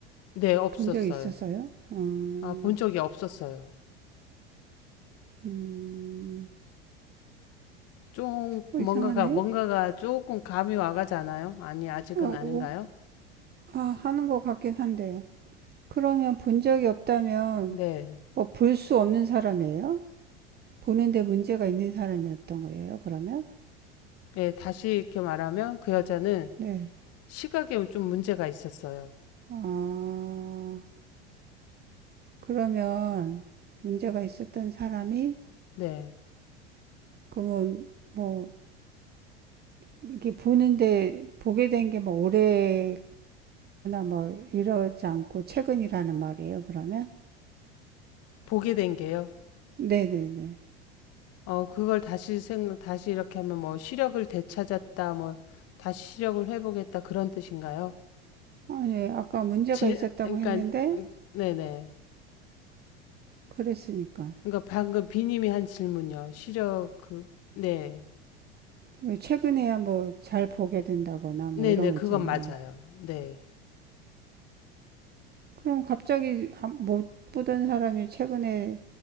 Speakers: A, on the left; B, on the right.
A: 네, 없었어요.
B: 본 적이 있었어요? 음,
A: 아, 본 적이 없었어요.
B: 음,
A: 좀,
B: 어,
A: 뭔가가,
B: 이상하네?
A: 뭔가가 조금 감이 와가잖아요? 아니, 아직은
B: 어,
A: 아닌가요?
B: 오- 아, 하는 것 같긴 한데. 그러면 본 적이 없다면,
A: 네,
B: 뭐, 볼 수 없는 사람이에요? 보는데 문제가 있는 사람이었던 거예요, 그러면?
A: 예, 다시 이렇게 말하면 그 여자는
B: 네.
A: 시각에 좀 문제가 있었어요.
B: 아, 그러면 문제가 있었던 사람이
A: 네,
B: 그러면 뭐 이게 보는데 보게 된 게 뭐 오래거나 뭐 이러지 않고 최근이라는 말이에요. 그러면
A: 보게 된 게요.
B: 네네네.
A: 어, 그걸 다시 생, 다시 이렇게 하면 뭐 시력을 되찾았다, 뭐 다시 시력을 회복했다 그런 뜻인가요?
B: 아니 아까 문제가
A: 질,
B: 있었다고
A: 그러니까
B: 했는데
A: 네네.
B: 그랬으니까
A: 그러니까 방금 비님이 한 질문요. 시력 그 네,
B: 왜 최근에야 뭐 잘 보게 된다거나 뭐
A: 네네
B: 이런 거
A: 그건
B: 있잖아요.
A: 맞아요. 네,
B: 그럼 갑자기 아- 못 보던 사람이 최근에